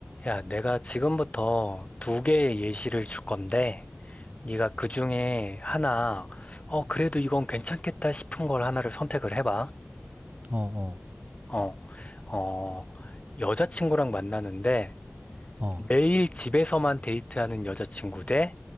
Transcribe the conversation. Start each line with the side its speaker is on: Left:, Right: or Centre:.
Left: 야, 내가 지금부터 두 개의 예시를 줄 건데, 네가 그 중에 하나, 어, 그래도 이건 괜찮겠다 싶은 걸 하나를 선택을 해봐.
Right: 어, 어,
Left: 어, 어, 여자친구랑 만나는데,
Right: 어.
Left: 매일 집에서만 데이트하는 여자친구 대